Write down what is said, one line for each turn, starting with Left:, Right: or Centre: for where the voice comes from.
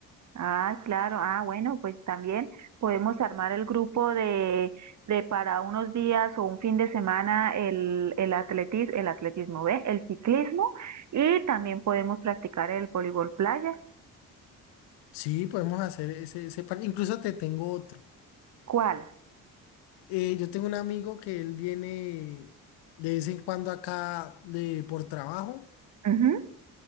Right: Ay, claro. Ah, bueno, pues también podemos armar el grupo de, de para unos días o un fin de semana el, el atleti- el atletismo, ¿ve? El ciclismo y también podemos practicar el voleibol playa.
Left: Sí, podemos hacer ese, ese plan. Incluso te tengo otro.
Right: ¿Cuál?
Left: Eh, yo tengo un amigo que él viene de vez en cuando acá de, por trabajo.
Right: Ujú,